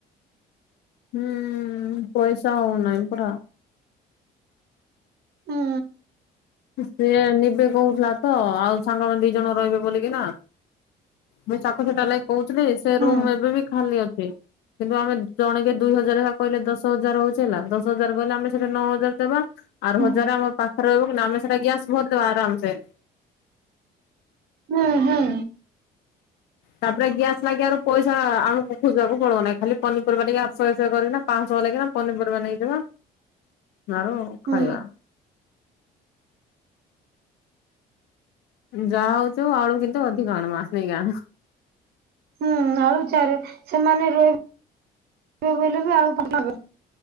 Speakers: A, on the left; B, on the right.
A: ହୁଁ ପଇସା ହଉନାଇପରା।
B: ହୁଁ
A: ସେ ନିିବେ କହୁଥିଲା ତ ଆଉ ସାଙ୍ଗମାନେ ଦି ଜଣ ରହିବେ ବୋଲିକି ନା ମୁଇ ତାକୁ ସେଟା ଲାଗ କହୁଥିଲି ସେ
B: ହୁଁ
A: ରୁମ୍ ଏବେ ବି ଖାଲି ଅଛି। କିନ୍ତୁ ଆମେ ଜଣେକେ ଦୁଇ ହଜାର ହେ କହିଲେ ଦଶ ହଜାର ହଉଛି ହେଲା ଦଶ ହଜାର କହିଲେ ଆମେ ସେଠି ନଅ ହଜାର ଦେବା। ଆର
B: ହୁଁ
A: ହଜାରେ ଆମ ପାଖରେ ରହିବ କି ଆମେ ସେଟା ଗ୍ୟାସ ଭରିଦବା ଆରାମ ସେ।
B: ହୁଁ ହୁଁ।
A: ତାପରେ ଗ୍ୟାସ୍ ଲାଗି ଆରୁ ପଇସା ଆଣୁ ଖୋଜିବାକୁ ପଡିବନାହିଁ ଖାଲି ପନିପରିବା ଟିକେ ଆଠ ଶହେ ଶହ କରିକିନା ପାଞ୍ଚଶହ ଲାଗି କିନା। ପନିପରିବା ନେଇଯିବା ଆଳ
B: ହୁଁ
A: ଖାଇବା। ଯାହା ହଉଛି ହଉ ଆଳୁ କିନ୍ତୁ ଅଧିକ ଆଣମା ସେଇଆ।
B: ହୁଁ ଆଳୁ ଚାର ସେମାନେ ରହ ର ବୋଇଲେ ବି ଆଳୁ ପଠବେ।